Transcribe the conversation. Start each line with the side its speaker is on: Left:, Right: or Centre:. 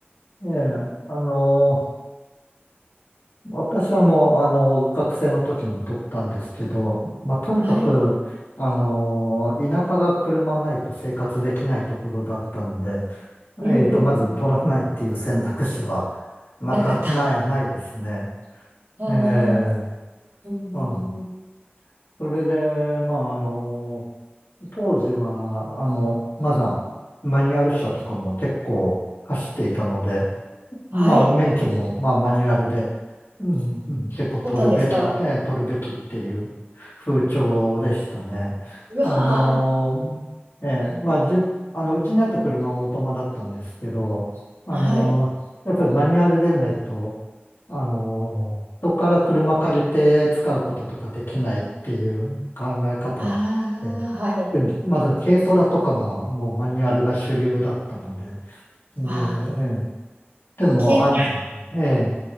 Left: ええ、あの、私はもう、あの、学生の時に取ったんですけど、まあ、とにかく、
Right: はい。
Left: あの、田舎が車ないと生活できないところだったんで、
Right: うんうんうん。
Left: えっと、まず取らないっていう選択肢は、なか、
Right: なかった。
Left: ない、ないですね。
Right: あー
Left: ええ
Right: うんうんうん。
Left: うん。それで、まあ、あの、当時は、あの、まだ、マニュアル車とかも結構走っていたので、まあ、
Right: はい。
Left: 免許も、まあ、マニュアルで、うん、うん結構取るべき、
Right: 撮ったんですか
Left: えー取るべきっていう風潮でしたね。
Right: うわ
Left: あのーえーまあ、じゅ、あの、うちにあった車はオートマだったんですけど、あのーやっぱりマニュアルでないと、
Right: ー。はい。
Left: あのー人から車借りて使うこととかできないっていう考え方で、
Right: ああ、はい。
Left: 特にまだ軽トラとかはもうマニュアルが主流だったので、で、
Right: ああ。
Left: ええでも、
Right: 軽ト
Left: あの、え